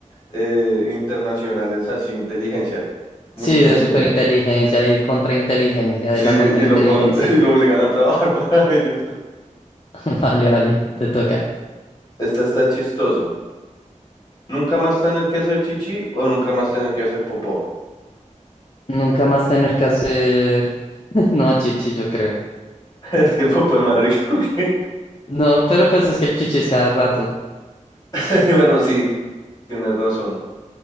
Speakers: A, on the left; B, on the left.
A: eh, internacionales, así inteligencia multinacional.
B: Sí, de superinteligencia y contrainteligencia,
A: Sí,
B: de la contrainteligencia.
A: y lo, con- <laughs> y lo obligan a trabajar <laughs> para ellos.
B: <laughs> Vale, vale, te toca.
A: Esta está chistoso. ¿Nunca más tener que hacer chichi o nunca más tener que hacer popó?
B: Nunca más tener que hacer... <laughs> No, chichi, yo creo.
A: <laughs> Es que el popó es más rico que...
B: No, pero pues es que el chichi es cada rato.
A: <laughs> Bueno, sí, tienes razón.